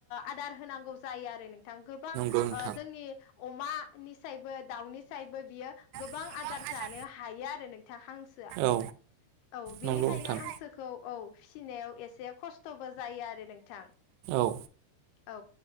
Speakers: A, on the left; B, on the right.
A: आदार होनांगौ। जायो आरो नोंथां गोबां
B: नंगौ
A: ओ जोंनि अमानि सायबो दाउनि सायबो बियो गोबां
B: नोंथां।
A: आदा र जानो हायो आरो नोंथां हांसोआ।
B: औ
A: औ बिनिखायनो
B: नंगौ नोंथां।
A: हांसोखौ औ फिसिनायाव एसे। एसे खस्थ'बो जायो आरो नोंथां।
B: औ
A: औ